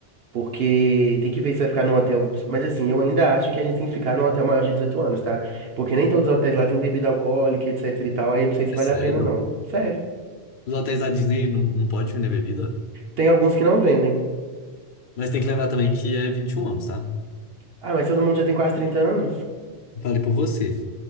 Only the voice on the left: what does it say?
É
sério?
Os hotéis da Disney não, não pode vender bebida?
Mas tem que lembrar também que é 21 anos, tá?
Falei por você.